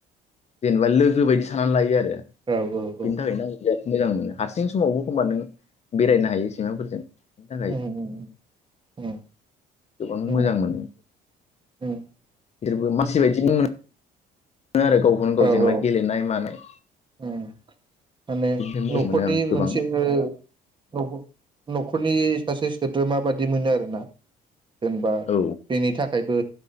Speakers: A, on the left; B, on the right.
A: जेनेबा लोगो बायदि सानानानै लायो आरो
B: औ औ औ
A: बिनि थाखायनो आं मोजां मोनो हारसिं समावबो एखमबा नों बेरायनो हायो सैमाफोरजों बिनि थाखाय
B: उम उम उम
A: गोबां
B: उम
A: मोजां मोनो
B: उम
A: गिदिरबो मानसि बायदिबो मोनो नो आरो गावखौनो गाव
B: औ
A: जेनेबा
B: औ
A: गेलेनाय मानाय
B: उम माने
A: बिनिफ्राय
B: न'खरनि
A: मोजां मोनो आं गोबां
B: मोनसेबो न'ख न'खरनि सासे सोद्रोमा बादि मोनो आरोना जेनेबा
A: औ
B: बेनि थाखायबो